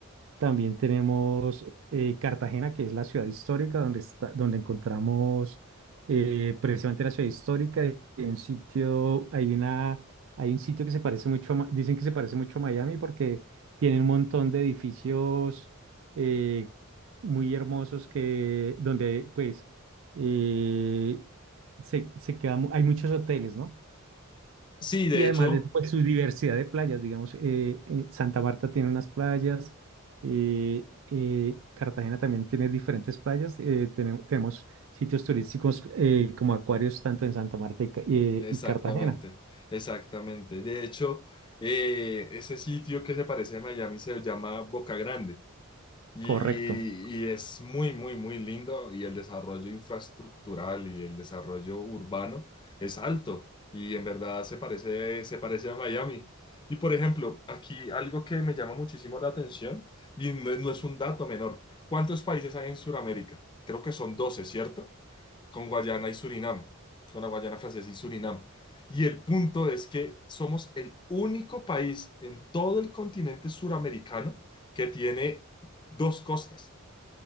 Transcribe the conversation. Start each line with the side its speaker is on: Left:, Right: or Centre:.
Right: También tenemos eh, Cartagena, que es la ciudad histórica, donde está, donde encontramos eh, precisamente la ciudad histórica. y Hay un sitio, hay una, hay un sitio que se parece mucho a, Ma- dicen que se parece mucho a Miami porque tiene un montón de edificios eh, muy hermosos que, donde pues eh, se, se queda mu- hay muchos hoteles, ¿no?
Left: Sí, de
Right: Y además
Left: hecho,
Right: de eso, pues su diversidad de playas, digamos, eh, eh, Santa Marta tiene unas playas, eh, eh, Cartagena también tiene diferentes playas, eh, tenem- tenemos, sitios turísticos eh, como acuarios tanto en Santa Marta y, Ca- eh,
Left: exactamente,
Right: y Cartagena,
Left: exactamente. De hecho, eh, ese sitio que se parece a Miami se llama Boca Grande y,
Right: correcto,
Left: y es muy, muy, muy lindo y el desarrollo infraestructural y el desarrollo urbano es alto y en verdad se parece, se parece a Miami. Y por ejemplo, aquí algo que me llama muchísimo la atención y no, no es un dato menor. ¿Cuántos países hay en Sudamérica? Creo que son 12, ¿cierto? con Guayana y Surinam, con la Guayana Francesa y Surinam. Y el punto es que somos el único país en todo el continente suramericano que tiene dos costas,